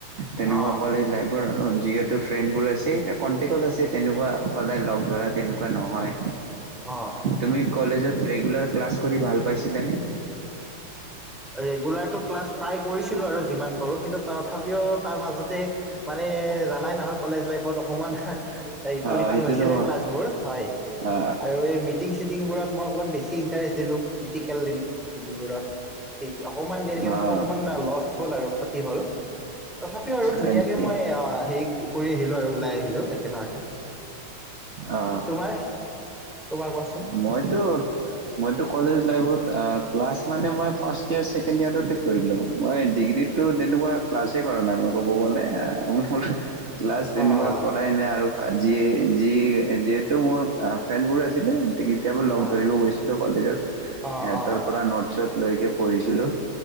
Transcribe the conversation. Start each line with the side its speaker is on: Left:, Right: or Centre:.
Right: তেনেকুৱা
Centre: অঁ
Right: কলেজ লাইফৰ যি তোৰ ফ্ৰেন বোৰ আছে এতিয়া কণ্টেক্টত আছে তেনেকুৱা সদাই লগ ধৰা তেনেকুৱা নহয়।
Centre: অঁ
Right: তুমি কলেজত ৰেগুলাৰ ক্লাছ কৰি ভাল পাইছিলানে?
Centre: ৰেগুলাৰ টো ক্লাছ প্ৰায় কৰিছিলো আৰু যিমান পাৰো কিন্তু তথাপিও তাৰ মাজতে মানে জানাই নহয় কলেজ লাইফত অকমান ইফাল-সিফাল
Right: অ সেইটোতো
Centre: হৈছিলে
Right: হয়
Centre: ক্লাছবোৰ হয়।
Right: অ
Centre: আৰু এই মিটিং চিটিং বোৰত মই অকণ বেছি ইণ্টাৰেষ্ট দিলো প্ৰেক্টিকেল তেনেকৈ এইবোৰত সেই অকমান তেনেকে
Right: অ
Centre: মোৰ অকণমান
Right: অ
Centre: লষ্ট হ'ল আৰু ক্ষতি হ'ল। তথাপিও আৰু ধুনীয়াকে
Right: হয় নেকি
Centre: মই অ হেৰি কৰি আহিলো আৰু ওলাই আহিলো একেবাৰতে।
Right: অ।
Centre: তোমাৰ তোমাৰ কোৱাচোন
Right: মই টো-মই টো কলেজ লাইফত আ ক্লাছ মানে মই ফাৰ্ষ্ট ইয়াৰ, ছেকেণ্ড ইয়াৰতে কৰিলোঁ, মই ডিগ্ৰীত ত তেনেকোৱা ক্লাছে কৰা নাই মই ক'ব গ'লে। মোৰ ক্লাছ তেনেকুৱা
Centre: অঁ
Right: কৰাই নাই আৰু জি যি যিহেতু মোৰ ফ্ৰেণ্ড বোৰ আছিলে কেতিয়াবোৰ লগ
Centre: অঁ
Right: ধৰিব গৈছিলো কলেজত।
Centre: অঁ
Right: সিহঁতৰ
Centre: অঁ অঁ
Right: পৰা নোটছত লৈকে পঢ়িছিলোঁ।